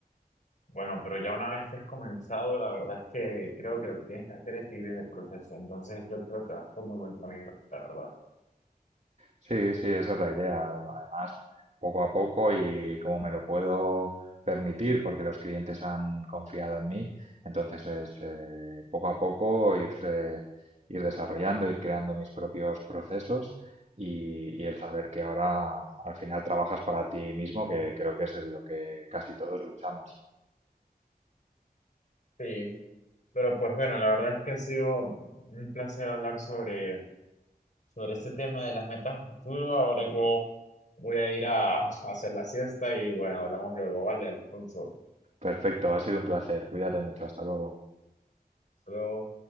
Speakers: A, on the left; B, on the right.
A: Bueno, pero ya una vez que has comenzado, la verdad es que creo que lo que tienes que hacer es seguir en el proceso. Entonces yo creo que vas por muy buen camino, la verdad.
B: Sí, sí, esa es la idea. Además, poco a poco y como me lo puedo permitir, porque los clientes han confiado en mí, entonces es eh, poco a poco irse, ir desarrollando, ir creando mis propios procesos y, y el saber que ahora al final trabajas para ti mismo, que creo que es en lo que casi todos luchamos.
A: Sí, pero pues bueno, la verdad es que ha sido un placer hablar sobre, sobre este tema de las metas a futuro. Ahora yo voy a ir a, a hacer la siesta y bueno, hablamos luego, ¿vale, Alfonso?
B: Perfecto, ha sido un placer. Cuídate mucho. Hasta luego.
A: Hasta luego.